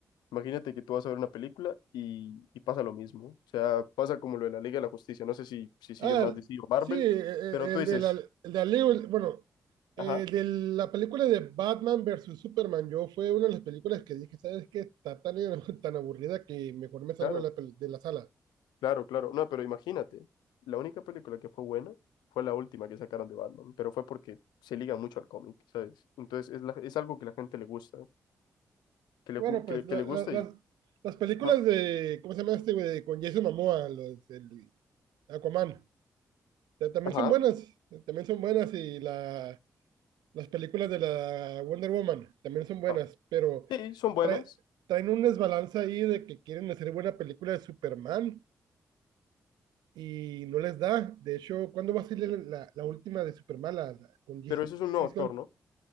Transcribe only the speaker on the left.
Imagínate que tú vas a ver una película y, y pasa lo mismo. O sea, pasa como lo de la Liga de la Justicia. No sé si, si siguen
más DC o Marvel,
pero
tú dices,
ajá,
claro,
claro, claro. No, pero imagínate, la única película que fue buena fue la última que sacaron de Batman, pero fue porque se liga mucho al cómic, ¿sabes? Entonces es, la- es algo que la gente le gusta, que le,
ju-
que,
que le
gusta
y,
ajá,
ajá,
ah.
Sí, son buenas,
pero eso es un nuevo
actor,
¿no?